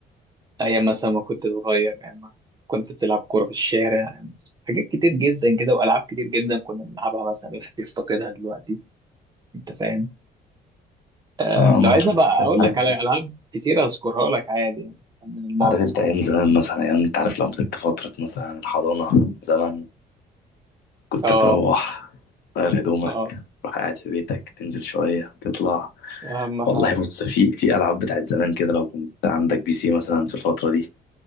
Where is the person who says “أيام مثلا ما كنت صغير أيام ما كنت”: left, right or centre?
Right